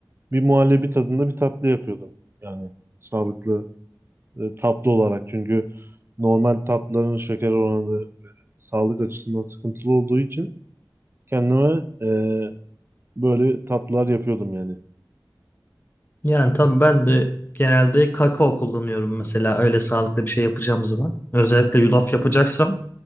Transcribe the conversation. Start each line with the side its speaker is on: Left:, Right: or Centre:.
Right: Bir muhallebi tadında bir tatlı yapıyordum. Yani sağlıklı e, tatlı olarak çünkü normal tatlıların şeker oranı ve sağlık açısından sıkıntılı olduğu için kendime e, böyle tatlılar yapıyordum yani.
Left: Yani tabii ben de genelde kakao kullanıyorum mesela öyle sağlıklı bir şey yapacağım zaman. Özellikle yulaf yapacaksam